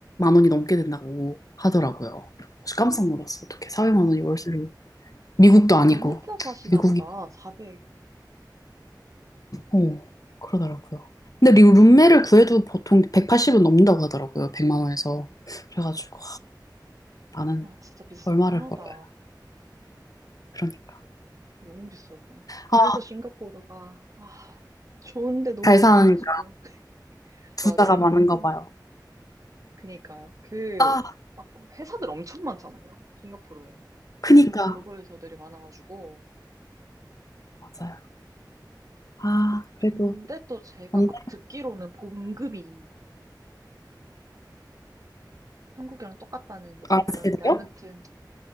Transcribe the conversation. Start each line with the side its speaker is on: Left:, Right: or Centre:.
Left: 원이 넘게 된다고 하더라고요. 그래서 깜짝 놀랐어. 어떻게 400만 원이 월세로 미국도
Right: 아,
Left: 아니고
Right: 그럼 혼자 사시나
Left: 미국이
Right: 보다. 400.
Left: 어 그러더라고요. 근데 리- 룸메를 구해도 보통 180은 넘는다고 하더라고요. 100만 원에서. 그래가지고 아, 나는
Right: 아, 진짜 비싸긴
Left: 얼마를
Right: 하다.
Left: 벌어요. 그러니까.
Right: 너무 비싸다. 그래서
Left: 아,
Right: 싱가포르가, 아, 좋은데 너무
Left: 잘
Right: 비싸가지고.
Left: 사니까
Right: <laughs>
Left: 부자가
Right: 맞아요.
Left: 많은가
Right: 음,
Left: 봐요.
Right: 그니까요. 그,
Left: 아,
Right: 막 회사들 엄청 많잖아요. 싱가포르에.
Left: 크니까.
Right: 글로벌 회사들이 많아가지고.
Left: 맞아요. 아, 그래도
Right: 근데 또 제가
Left: 언제나
Right: 막 듣기로는 봉급이 한국이랑 똑같다는 얘기
Left: 안
Right: 들었는데,
Left: 세대요?
Right: 아무튼,